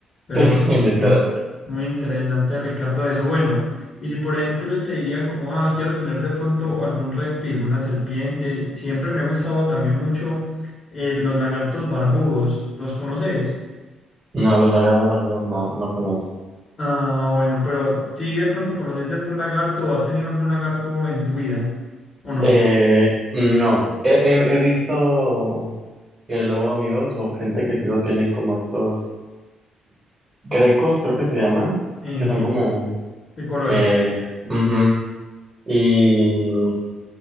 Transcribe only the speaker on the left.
Pero
bueno,
sí, muy interesante, Ricardo, eso. Bueno, y si por ejemplo yo te diría como, ah, quiero tener de pronto algún reptil, una serpiente, siempre me ha gustado también mucho eh, los lagartos barbudos, ¿los conoces?
Ah, bueno, pero si de pronto conoces de algún lagarto o has tenido algún lagarto en tu vida, ¿o no?
Eh,
sí,
de colores.